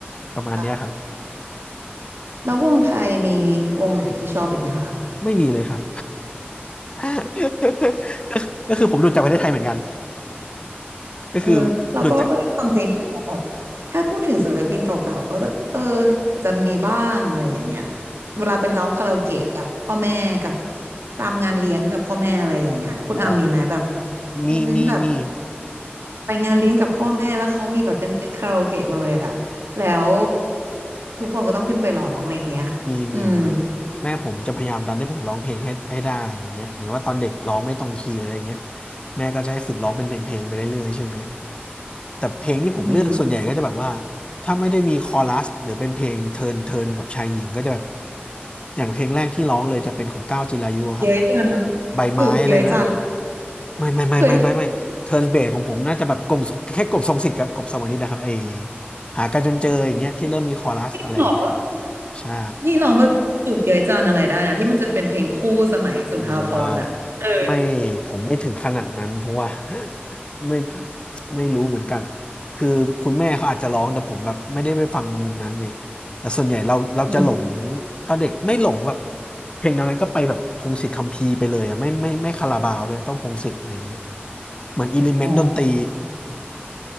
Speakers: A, on the left (about 25°); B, on the right (about 80°).
A: ประมาณเนี้ยครับ
B: ค่ะแล้ววงไทยมีวงไหนที่ชอบอีกไหมคะ
A: ไม่มีเลยครับ <laughs> ก็คือผมหลุดจากประเทศไทยเหมือนกัน <laughs> ก็คือหลุดจาก
B: เออเราก็ไม่ค่อยได้ฟังเพลงไทยแต่แบบถ้าพูดถึงศิลปินเก่าๆก็จะเอออาจจะมีบ้างอะไรอย่างเงี้ยเวลาไปร้องคาราโอเกะกับพ่อแม่กับตามงานเลี้ยงกับพ่อแม่อะไรอย่างเงี้ยคุณอามมีไหมแบบ
A: อ๋อ มี
B: โมเมนต์แบบ
A: มี มี
B: ไปงานเลี้ยงกับพ่อแม่แล้วเขามีแบบเป็นเซตคาราโอเกะมาเลยอะแล้วทุกคนก็ต้องขึ้นไปร้องอะไรอย่างเงี้ยอืม
A: มีมีมีแม่ผมจะพยายามดันให้ผมร้องเพลงให้ให้ได้อย่างเงี้ยเหมือนว่าตอนเด็กร้องไม่ตรงคีย์เลยอะไรเงี้ยแม่ก็จะให้ฝึกร้องเป็นเพลงเพลงไปเรื่อยๆใช่ไหมแต่เพลงที่ผมเลือกส่วนใหญ่ก็จะแบบว่า
B: อืม
A: ถ้าไม่ได้มีคอรัสหรือเป็นเพลงเทินเทินแบบชายหญิงก็จะแบบอย่างเพลงแรกที่ร้องเลยจะเป็นของก้าวจิรายุอะครับ
B: เย้ยจัง
A: ใบไม้อะไรนะ
B: จูบเย้ยจัง
A: ไม่ไม่ไม่ไม่ไม่ไม่เทิร์นเบสของผมน่าจะแบบกลมแค่กลมทรงสิทธิ์กับกลมสวรรค์นิชนะครับไอ
B: เคย
A: หากันจนเจออย่างเงี้ยที่เริ่มมีคอรัสอะไรอย่างเงี้ย
B: หรอ
A: ใช่
B: นี่รองมาจีบเย้ยจันอะไรได้นะที่มันจะเป็นเพลงคู่สมัยสุนทรภรณ์อ่ะเออ
A: อืมมาไม่ผมไม่ถึงขนาดนั้นเพราะว่า <laughs> ไม่ไม่รู้เหมือนกันคือคุณแม่เขาอาจจะร้องแต่ผมแบบไม่ได้ไปฟังมุมนั้นไงแต่ส่วนใหญ่เราเราจะหลง
B: อืม
A: ตอนเด็กไม่หลงแบบเพลงแนวนั้นก็ไปแบบพงษ์สิทธิ์คัมภีร์ไปเลยอ่ะไม่ไม่ไม่คาราบาวด้วยต้องพงษ์สิทธิ์อะไรอย่างเงี้ยเหมือนอิเลเมนต์ดนตรี
B: อ๋อ